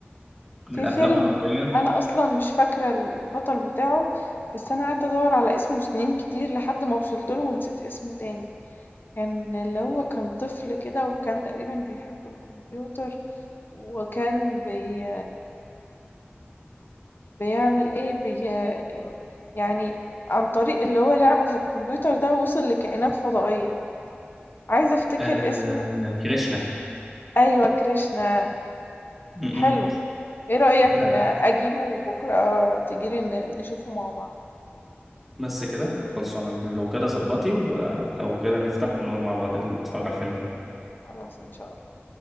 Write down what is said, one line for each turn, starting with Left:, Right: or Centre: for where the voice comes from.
Centre: من
Left: في
Centre: الافلام
Left: فيلم
Centre: حرفيا
Left: أنا أصلًا مش فاكرة البطل بتاعه، بس أنا قعدت أدوّر على اسمه سنين كتير لحد ما وصلت له ونسيت اسمه تاني، كان اللي هو كان طفل كده وكان تقريبًا بيحب الكمبيوتر وكان بي بيعمل إيه، بي يعني عن طريق اللي هو لعبه في الكمبيوتر ده وصل لكائنات فضائية، عايزة أفتكر
Centre: آه...
Left: اسمه
Centre: كريشنا
Left: أيوه كريشنا،
Centre: م-م.
Left: حلو، إيه رأيك
Centre: لا
Left: ن
Centre: لا
Left: أجيبه بكرة تيجي لي ن نشوفه مع بعض؟
Centre: بس كده خلصانة لو كده ظبطي ولو كده نفتح ونقعد مع بعض نتفرج على الفيلم ده
Left: خلاص إن شاء الله